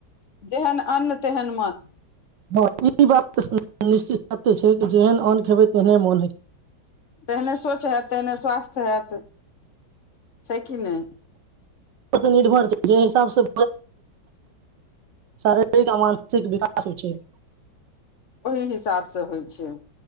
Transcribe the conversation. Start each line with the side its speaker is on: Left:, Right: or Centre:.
Left: जेहन अन्न तेहन मन
Right: हँ ई बात निश्चिताते छैय कि जेहने अन्न खेबै तेहने मोन होेत
Left: तेहने सोच हैत तेहने स्वास्थ हैत छैय कि नइ
Right: निर्भर छैय जे हिसाबसँ शारीरिक आ मानसिक विकास हो छैय।
Left: ओहि हिसाब स होइ छैय